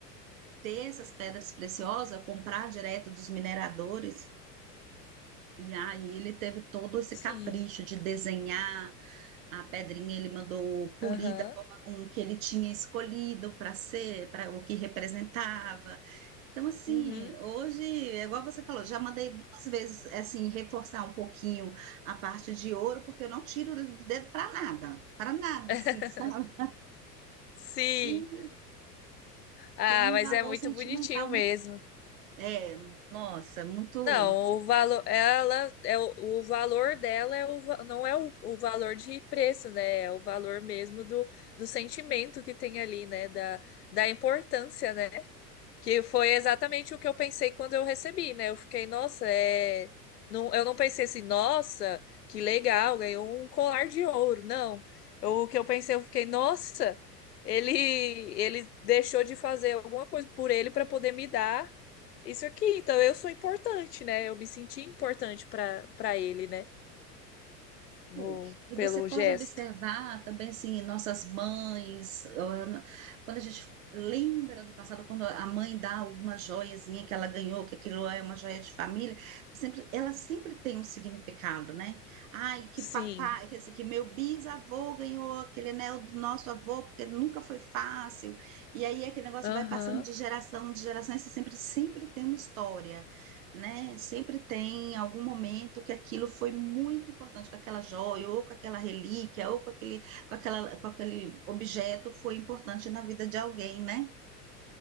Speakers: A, on the right; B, on the left.
A: ter essas pedras preciosas, comprar direto dos mineradores. E aí ele teve todo esse
B: sim,
A: capricho de desenhar a pedrinha, ele mandou polir
B: aham,
A: da forma com que ele tinha escolhido para ser, para o que representava. Então, assim,
B: uhum.
A: hoje, é igual você falou, já mandei duas vezes, é assim, reforçar um pouquinho a parte de ouro, porque eu não tiro o dedo para nada, para nada,
B: <laughs>
A: assim, <laughs> sabe?
B: Sim.
A: E
B: Ah,
A: tem
B: mas
A: um valor
B: é muito
A: sentimental
B: bonitinho
A: muito,
B: mesmo.
A: é, nossa, muito.
B: Não, o valor, ela é o, o valor dela é o, va- não é o, o valor de preço, né? É o valor mesmo do, do sentimento que tem ali, né? Da, da importância, né? Que foi exatamente o que eu pensei quando eu recebi, né? Eu fiquei, nossa, é. Não, eu não pensei assim, nossa, que legal, ganhou um colar de ouro. Não. Eu- o que eu pensei, eu fiquei, nossa, ele, ele deixou de fazer alguma coisa por ele para poder me dar isso aqui. Então eu sou importante, né? Eu me senti importante para para ele, né? No,
A: Hum. E você
B: pelo
A: pode
B: gesto.
A: observar também, assim, nossas mães, ah, na- quando a gente lembra do passado, quando a mãe dá alguma joiazinha que ela ganhou, que aquilo é uma joia de família, sempre, ela sempre tem um significado, né? Ai, que
B: Sim.
A: papai, que, assim, que meu bisavô ganhou aquele anel do nosso avô, porque nunca foi fácil. E aí aquele negócio
B: Aham,
A: vai passando de geração de geração, e você sempre, sempre tem uma história né? Sempre tem algum momento que aquilo foi muito importante, com aquela joia, ou com aquela relíquia, ou com aquele, com aquela, com aquele objeto foi importante na vida de alguém, né?